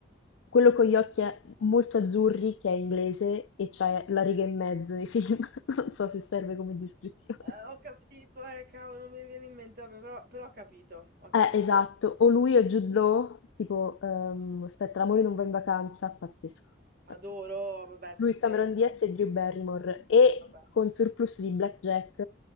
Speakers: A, on the left (about 75°); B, on the right (about 45°).
A: quello con gli occhi a- molto azzurri che è inglese e c'è la riga e mezzo nei film, <laughs> non so se serve come descrizione.
B: Eh, ho capito, eh, cavolo, non mi viene in mente, vabbè, però, però ho capito, ho capito.
A: Eh, esatto, o lui o Jude Law, tipo, ehm, aspetta, l'amore non va in vacanza, pazzesco,
B: Adoro,
A: pazzesco.
B: vabbè, stupendo,
A: Lui, Cameron Diaz e Drew Barrymore, e
B: vabbè.
A: con surplus di blackjack